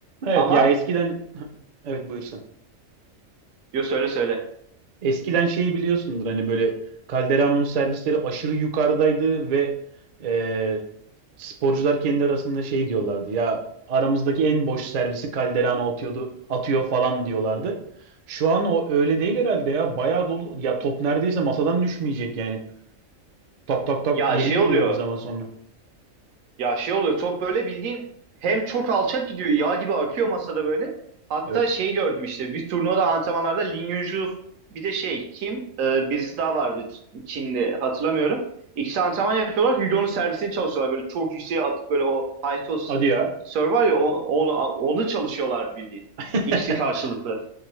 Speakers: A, on the right; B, on the right.
A: Evet
B: Ama
A: ya eskiden evet buyur
B: Yo söyle söyle.
A: Eskiden şeyi biliyorsundur hani böyle Calderon'un servisleri aşırı yukarıdaydı ve e, sporcular kendi arasında şey diyorlardı. Ya aramızdaki en boş servisi Calderano atıyordu, atıyor falan diyorlardı. Şu an o öyle değil herhalde ya. Bayağı dolu. Ya top neredeyse masadan düşmeyecek yani. Tak tak tak
B: Ya
A: geri
B: şey
A: geliyor
B: oluyor.
A: bir zaman sonra.
B: Ya şey oluyor. Top böyle bildiğin hem çok alçak gidiyor. Yağ gibi akıyor masada böyle. Hatta
A: Evet.
B: şey gördüm işte. Bir turnuvada antrenmanlarda Lin Yunju bir de şey kim? Ee, birisi daha vardı Ç- Çinli hatırlamıyorum. İkisi antrenman yapıyorlar. Hugo'nun servisini çalışıyorlar. Böyle çok yükseğe atıp böyle o high toss
A: Hadi ya.
B: serve var ya o- onu, onu çalışıyorlardı bildiğin.
A: <laughs>
B: İkisi karşılıklı.